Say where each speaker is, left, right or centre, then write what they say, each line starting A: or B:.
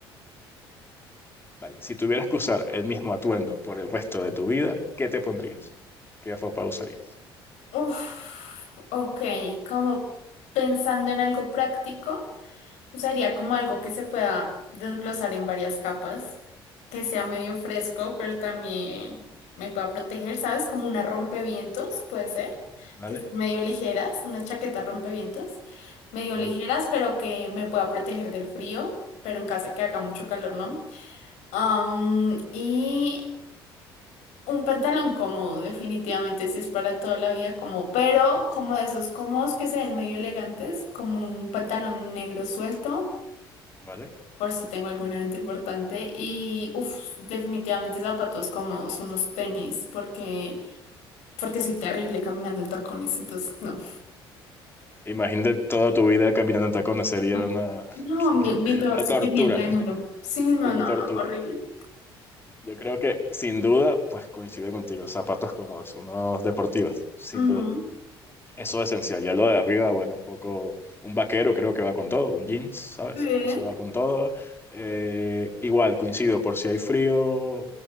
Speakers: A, on the left; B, on the left.
A: Vale. Si tuvieras que usar el mismo atuendo por el resto de tu vida, ¿qué te pondrías? ¿Qué ropa usarías?
B: Uf, ok, como pensando en algo práctico, usaría como algo que se pueda desglosar en varias capas, que sea medio fresco, pero también me pueda proteger, ¿sabes? Como una rompevientos, puede ser,
A: ¿Vale?
B: que sean medio ligeras, una chaqueta rompevientos, medio
A: ¿Vale?
B: ligeras, pero que me pueda proteger del frío, pero en caso de que haga mucho calor, ¿no? Am, y Un pantalón cómodo, definitivamente, si es para toda la vida como, pero como de esos cómodos que se ven medio elegantes, como un pantalón negro suelto,
A: ¿Vale?
B: por si tengo algún evento importante, y uff, definitivamente zapatos cómodos, unos tenis, porque, porque soy terrible caminando en tacones, entonces no.
A: Imagínate toda tu vida caminando en tacones, sería
B: No,
A: una, <laughs>
B: no, mi, mi peor
A: una
B: sufrimiento
A: tortura,
B: del mundo. Sí, no,
A: una
B: no,
A: tortura.
B: no, horrible.
A: Yo creo que sin duda, pues coincido contigo, zapatos cómodos, unos deportivos, sin
B: Ujú.
A: duda. Eso es esencial. Ya lo de arriba, bueno, un poco, un vaquero creo que va con todo, un jeans, ¿sabes?
B: Sí,
A: Eso va con todo. Eh, igual, coincido, por si hay frío